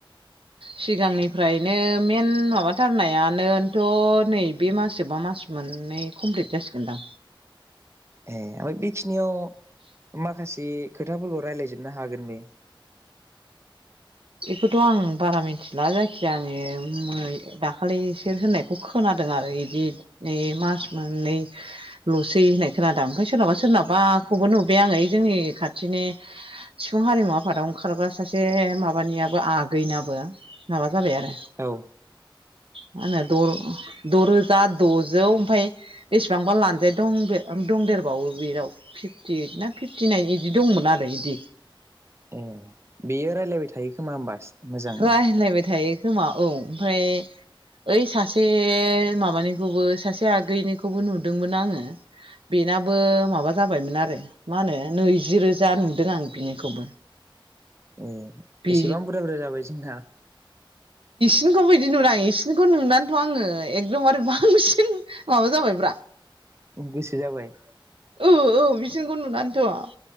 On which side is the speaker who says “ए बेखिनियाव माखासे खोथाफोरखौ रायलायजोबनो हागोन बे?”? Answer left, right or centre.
Right